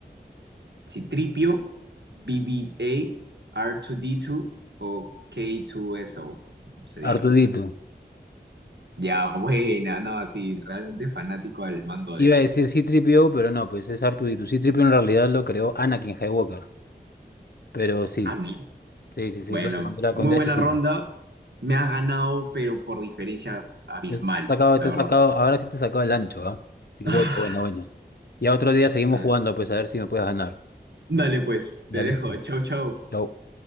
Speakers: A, on the right; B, on the left.
A: ¿Citripio, BB-8, R2-D2 o K2SO? Como se diga.
B: Artudito.
A: Ya, buena, no, así, realmente fanático al mango del...
B: Iba a decir c 3 pero no, pues es Artudito. c 3 en realidad lo creó Anakin Skywalker. Pero sí.
A: A mí.
B: Sí, sí, sí,
A: Bueno,
B: claro, cuando era,
A: muy
B: cuando
A: buena
B: era chiquito.
A: ronda. Me has ganado, pero por diferencia abismal,
B: Te has sacado,
A: la
B: te has
A: verdad.
B: sacado, ahora sí te he sacado el ancho, ¿ah? Así que
A: <sighs>
B: bueno, bueno, bueno. Ya otro día seguimos
A: Ah,
B: jugando, pues a ver si me puedes ganar.
A: Dale pues,
B: Ya
A: te dejo.
B: listo.
A: Chau, chau.
B: Chau.